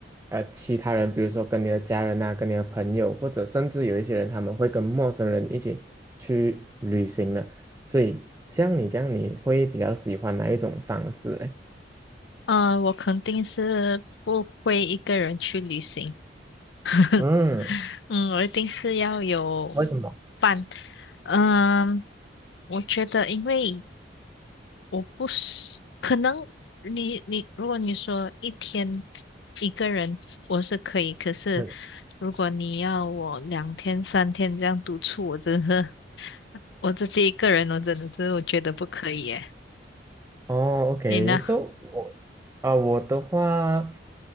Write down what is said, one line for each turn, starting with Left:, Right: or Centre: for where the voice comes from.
Right: 呃其他人，比如说跟你的家人啊，跟你的朋友，或者甚至有一些人他们会跟陌生人一起去旅行呢？所以像你这样，你会比较喜欢哪一种方式嘞？
Left: 呃，我肯定是不会一个人去旅行，<laughs>
Right: 嗯，
Left: 嗯，我一定是要有
Right: 为什么？
Left: 伴，嗯，我觉得因为我不是，可能你你如果你说一天一个人我是可以，可是
Right: 嗯。
Left: 如果你要我两天三天这样独处，我真是我自己一个人，我真的是我觉得不可以耶，
Right: 哦，OK，so
Left: 你呢？
Right: 我啊、我的话，